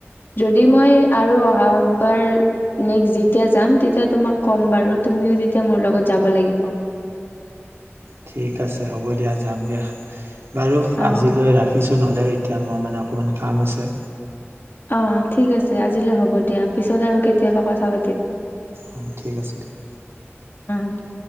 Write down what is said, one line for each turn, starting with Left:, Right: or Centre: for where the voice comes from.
Left: যদি মই আৰু অহাবাৰ নেক্সট যেতিয়া যাম তেতিয়া তোমাক ক'ম বাৰু তুমিও তেতিয়া মোৰ লগত যাব লাগিব
Right: ঠিক আছে হ'ব দিয়া যাম দিয়া বাৰু
Left: অ
Right: আজিলৈ ৰাখিছো নহ'লে এতিয়া মোৰ মানে অকণমান কাম আছে
Left: অঁ ঠিক আছে আজিলৈ হ'ব দিয়া পিছত আৰু কেতিয়া কেতিয়াবা কথা পাতিম।
Right: অঁ ঠিক আছে দিয়া।
Left: অঁ দে।